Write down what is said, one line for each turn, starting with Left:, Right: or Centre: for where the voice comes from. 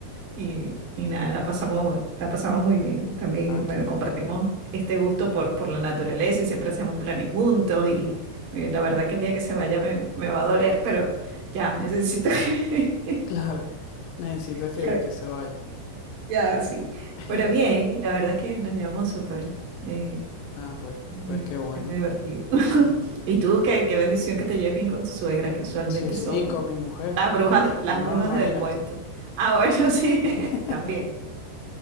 Right: Y, y nada, la pasamos, la pasamos muy bien. También,
Left: ah, qué
Right: bueno,
Left: bien.
Right: compartimos
Left: <laughs>
Right: este gusto por, por la naturaleza y siempre hacemos planes juntos. Y, mire, la verdad que el día que se vaya me, me va a doler, pero ya, necesito que, <laughs>
Left: Claro, necesitas que,
Right: que-
Left: que se vaya.
Right: ya, sí.
Left: <laughs>
Right: Pero bien, la verdad que nos llevamos súper. eh,
Left: Ah, pues,
Right: es muy,
Left: pues qué bueno.
Right: es muy divertido. <laughs>
Left: Ujú.
Right: Y tú, qué, qué bendición que te lleves bien con tus suegras, que usualmente
Left: Sí, sí,
Right: son
Left: y con mi mujer,
Right: las brujas,
Left: porque si
Right: las
Left: no,
Right: brujas
Left: imagínate.
Right: del cuento. Ah, bueno, <laughs> sí,
Left: <laughs>
Right: también.